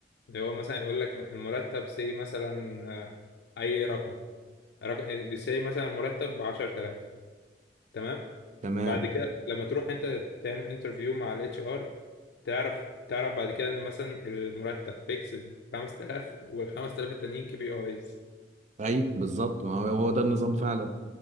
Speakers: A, on the left; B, on the right.
A: اللي هو مثلا يقول لك المرتب سي مثلا آه، اي رقم رقم سي مثلا مرتب ب 10000 تمام
B: تمام
A: بعد كده لما تروح انت تعمل انترفيو مع الاتش ار تعرف تعرف بعد كده ان مثلا المرتب فيكسد 5000 وال 5000 التانيين كي بي ايز
B: اي بالظبط ما هو هو ده النظام فعلا